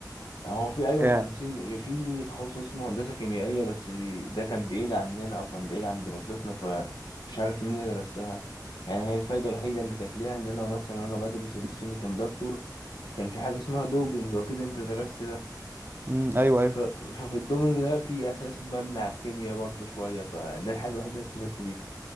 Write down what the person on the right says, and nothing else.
yeah.
امم ايوه ايوه